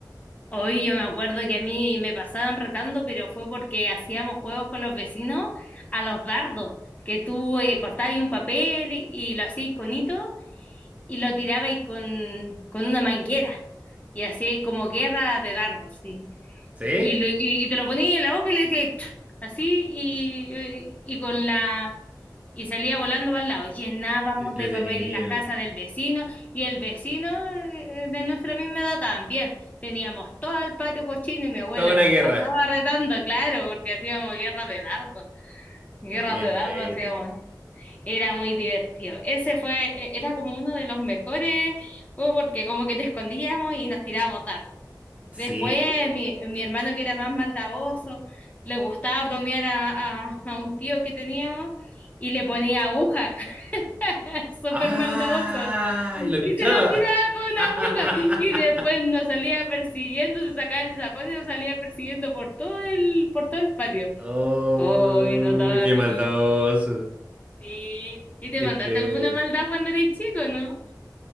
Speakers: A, on the left; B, on the right.
A: Hoy yo me acuerdo que a mí me pasaban retando, pero fue porque hacíamos juegos con los vecinos a los dardos, que tú eh, cortabas ahí un papel y, y lo hacías con hito y lo tirabais con, con una manguera y hacíais como guerra de dardos, sí.
B: ¿Sí?
A: Y, lo- y- y te lo ponías en la boca y le decías "Chu", así y, eh, y con la y salía volando para el lado. Llenábamos
B: Qué entretenido.
A: de papel la casa del vecino y el vecino eh, de nuestra misma edad también. Teníamos todo el patio cochino y mi abuela
B: Está buena
A: nos
B: guerra.
A: pasaba retando, claro, porque hacíamos guerras de dardos. Guerras
B: Ah, Qué entrete.
A: de dardos hacíamos. Era muy divertido. Ese fue, e- era como uno de los mejores juegos porque como que nos escondíamos y nos tirábamos dardos.
B: Sí.
A: Después mi, mi hermano que era más maldadoso, le gustaba bromear a, a- a un tío que teníamos y le ponía aguja, <laughs> súper
B: ¡Ah!
A: maldadoso. Y
B: Y lo pinchaba.
A: se lo tiraba con una
B: <laughs>
A: aguja y después nos salía persiguiendo, se sacaba el zapato y nos salía persiguiendo por todo el, por todo el patio.
B: ¡Oh!
A: Oh, que nos daba
B: ¡Qué
A: risa.
B: maldadoso!
A: Sí. ¿Y te
B: Entre...
A: mandaste alguna maldad cuando erais chico, no?